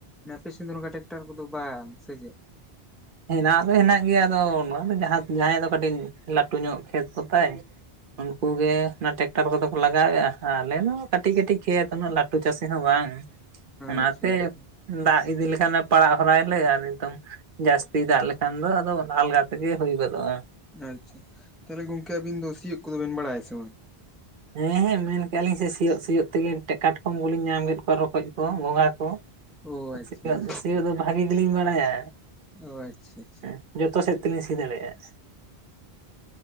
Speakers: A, in the centre; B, on the right.
A: ᱟᱯᱮ ᱥᱮᱫ ᱫᱚ ᱱᱚᱝᱠᱟᱱ ᱴᱮᱠᱴᱟᱨ ᱠᱚᱫᱚ ᱵᱟᱝ ᱥᱮ ᱪᱮᱫ?
B: ᱦᱮᱱᱟᱜ ᱫᱚ ᱦᱮᱱᱟᱜ ᱜᱮᱭᱟ ᱟᱫᱚ ᱱᱚᱣᱟ ᱫᱚ ᱡᱟᱦᱟᱸ- ᱡᱟᱦᱟᱸᱭᱟᱜ ᱫᱚ ᱠᱟᱹᱴᱤᱡ ᱞᱟᱹᱴᱩ ᱧᱚᱜ ᱠᱷᱮᱛ ᱠᱚᱛᱟᱭ᱾ ᱩᱱᱠᱩ ᱜᱮ ᱚᱱᱟ ᱴᱮᱠᱴᱟᱨ ᱠᱚᱫᱚ ᱠᱚ ᱞᱟᱜᱟᱣᱮᱜ-ᱟ ᱟᱞᱮᱢᱟ ᱠᱟᱹᱴᱤᱡ ᱠᱟᱹᱴᱤᱡ ᱠᱷᱮᱛ ᱩᱱᱟᱹᱜ ᱞᱟᱹᱴᱩ ᱪᱟᱹᱥᱤ ᱦᱚᱸ ᱵᱟᱝ ᱚᱱᱟᱛᱮ᱾
A: ᱟᱪᱪᱷᱟ ᱟᱪᱪᱷᱟ
B: ᱫᱟᱜ ᱤᱫᱤ ᱞᱮᱠᱷᱟᱱᱮ ᱯᱟᱲᱟᱜ ᱦᱚᱨᱟᱭᱟᱞᱮ ᱟᱨ ᱱᱤᱛᱳᱝ ᱡᱟᱹᱥᱛᱤ ᱫᱟᱜ ᱞᱮᱠᱷᱟᱱ ᱫᱚ ᱟᱫᱚ ᱚᱱᱟ ᱟᱞᱜᱟ ᱛᱮᱜᱮ ᱦᱩᱭ ᱜᱚᱫᱚᱜ-ᱟ᱾
A: ᱟᱪᱪᱷᱟ, ᱛᱚᱵᱮ ᱜᱚᱝᱠᱮ ᱟᱵᱤᱱ ᱫᱚ ᱥᱤᱭᱳᱜ ᱠᱚᱫᱚ ᱵᱤᱱ ᱵᱟᱲᱟᱭᱟ ᱥᱮ ᱵᱟᱝ?
B: ᱦᱮᱸ ᱦᱮᱸ ᱢᱮᱱᱠᱮᱜ-ᱟᱞᱤᱧ ᱥᱮ ᱥᱤᱭᱳᱜ ᱥᱤᱭᱳᱜ ᱛᱮᱜᱮ ᱠᱟᱴᱠᱚᱢ ᱠᱚᱞᱤᱧ ᱧᱟᱢ ᱠᱮᱫ ᱠᱚᱣᱟ, ᱨᱚᱠᱚᱡ ᱠᱚ, ᱜᱚᱸᱜᱷᱟ ᱠᱚ᱾
A: ᱚ
B: <unintelligible>
A: ᱟᱪᱪᱷᱟ
B: ᱥᱤᱭᱳᱜ
A: ᱟᱪᱪᱷᱟ
B: ᱫᱚ ᱥᱤᱭᱳᱜ ᱫᱚ ᱵᱷᱟᱜᱤ ᱜᱮᱞᱤᱧ ᱵᱟᱲᱟᱭᱟ᱾
A: ᱚ ᱟᱪᱪᱷᱟ ᱟᱪᱪᱷᱟ
B: ᱦᱮᱸ ᱡᱚᱛᱚ ᱥᱮᱫ ᱛᱮᱞᱤᱧ ᱥᱤ ᱫᱟᱲᱮᱭᱟᱜ-ᱟ᱾